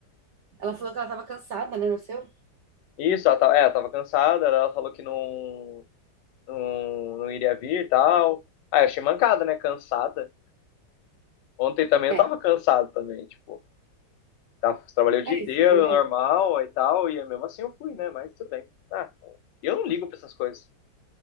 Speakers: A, on the right (about 75°); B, on the left (about 85°).
A: Ela falou que ela estava cansada, né? no seu
B: Isso, ela tava, é, ela tava cansada, ela falou que não, não, não iria vir e tal. Ah, eu achei mancada, né? Cansada. Ontem também
A: É,
B: eu tava cansado também, tipo, tava- trabalhei o dia
A: é
B: inteiro,
A: isso, é verdade.
B: normal e tal, e mesmo assim eu fui, né? Mas tudo bem. Ah, eu não ligo pra essas coisas.